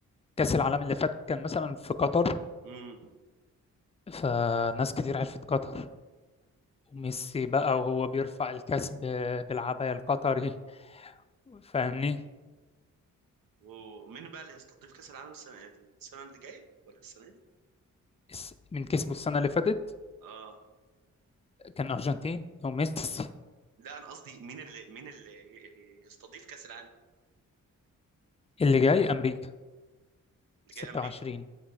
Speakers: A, on the left; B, on the right.
A: كاس العالم اللي فات كان مثلا في قطر
B: امم
A: فناس كتير عرفت قطر وميسي بقى وهو بيرفع الكاس ب- بالعباية القطري فاهمني
B: ومين بقى اللي هيستضيف كاس العالم السنه السنه اللي جايه ولا السنه دي
A: الس- من كسبه السنه اللي فاتت
B: اه
A: كان ارجنتين وميسي
B: لا انا قصدي مين اللي مين اللي هيستضيف كاس العالم
A: اللي جاي امريكا
B: اللي
A: 26
B: جاي امريكا